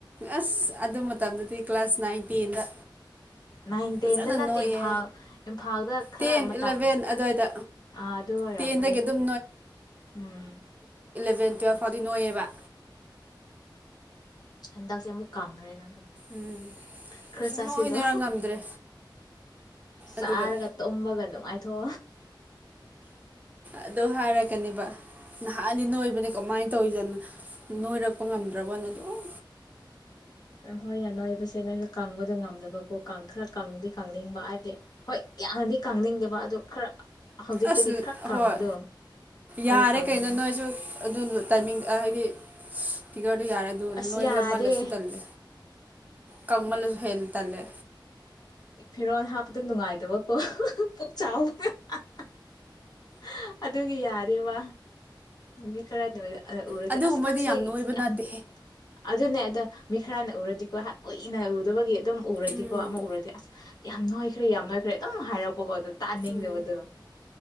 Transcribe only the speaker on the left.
ꯅꯥꯏꯟ ꯇꯦꯟꯗ
ꯅꯠꯇꯦ
ꯏꯝꯐꯥꯜ ꯏꯝꯐꯥꯜꯗ ꯈꯔ
ꯃꯇꯝ
ꯑꯥ ꯑꯗꯨ ꯑꯣꯏꯔꯝꯒꯅꯤ
ꯎꯝ
ꯍꯟꯗꯥꯛꯁꯦ ꯑꯃꯨꯛ ꯀꯥꯡꯈ꯭ꯔꯦ ꯅ
ꯈꯔ
ꯆꯥꯁꯤꯜꯂꯣ
ꯆꯥꯔꯒ
ꯇꯨꯝꯕꯒ ꯅꯨꯡꯉꯥꯏꯇ ꯊꯣ
ꯑꯈꯣꯏꯅ ꯅꯣꯏꯕꯁꯦ ꯅꯣꯏꯅ ꯀꯪꯕꯗꯣ ꯉꯝꯗꯕꯀꯣ ꯀꯥꯡ ꯈ꯭ꯔ ꯀꯪꯗꯤ ꯀꯪꯅꯤꯡꯕ ꯍꯥꯏꯕꯗꯤ ꯍꯣꯏ ꯌꯥꯝꯅꯗꯤ ꯀꯪꯅꯤꯡꯗꯦꯕ ꯑꯗꯨ ꯈꯔ ꯍꯧꯖꯤꯛꯇꯒꯤ
ꯈꯔ ꯀꯪꯕꯗꯣ
ꯑꯗꯨ
ꯀꯪꯅꯤꯡ
ꯑꯁ
ꯌꯥꯗꯦ
ꯍꯤꯔꯣꯟ ꯍꯥꯞꯄꯇ ꯅꯨꯡꯉꯥꯏꯇꯕ ꯑꯣ ꯍꯣꯍꯣ ꯄꯨꯛ ꯆꯥꯎꯕꯒ ꯍꯥ ꯍꯥ ꯍꯥ ꯑꯗꯨꯒꯤ ꯌꯥ ꯗꯤ ꯋꯥ ꯃꯤ ꯈꯔꯗ ꯑ ꯎꯔꯗꯤ
ꯑꯁ ꯅꯪꯁ
ꯌꯥꯝ ꯑꯗꯨꯅꯦ ꯑꯗꯣ ꯃꯤ ꯈꯔꯅ ꯎꯔꯗꯤꯀꯣ ꯀꯨꯏꯅ ꯎꯗꯕꯒꯤ ꯑꯗꯨꯝ ꯎꯔꯗꯤꯀꯣ
ꯑꯃ ꯎꯔꯗꯤ ꯑꯁ ꯌꯥꯝ ꯅꯣꯢ ꯆꯨꯢ ꯌꯥꯝ ꯅꯣꯏꯈ꯭ꯔꯦ ꯑꯗꯨꯝ ꯍꯥꯏꯔꯛꯄꯀꯣ ꯑꯗꯨ ꯇꯥꯅꯤꯗꯕꯗꯨ